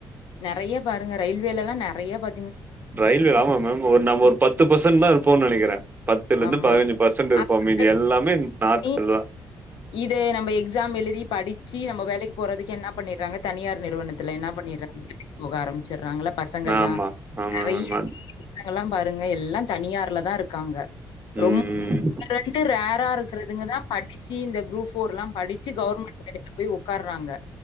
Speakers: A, on the left; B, on the right.
A: நெறைய பாருங்க ரயில்வேல எல்லா நெறைய பா
B: ரயில்வே ஆமா மேம் ஓ நம்ம ஒரு பத்து பர்சன்ட் தா இருப்போ நெனைக்கிறே பத்துல இருந்து
A: ஆமா
B: பதினஞ்சு பர்சன்ட் இருப்போ
A: அந்த
B: மீதி எல்லாமே நார்த்
A: இ
B: எழுதலா
A: இது நம்ம எக்ஸாம் எழுதி படிச்சி நம்ம வேலைக்கு போறதுக் என்ன பண்ணிட்றாங்க தனியார் நிறுவனத்துல என்ன பண்ணிட்றாங்க புக ஆரம்பிச்சுட்றாங்கல்ல பசங்கல்லா
B: ஆமா ஆமாங்க
A: நறை
B: மேம் அத்
A: பசங்கல்லா பாருங்க எல்லா தனியார்ல தா இருக்கா
B: ம்
A: ரொம்
B: ம்
A: ரெண்டு ரேரா இருக்கறதுங்க தா படிச்சி இந்த குரூப் ஃபோர் எல்லா படிச்சி கவர்மெண்ட் வேலைக்கு போய் உக்கார்றாங்க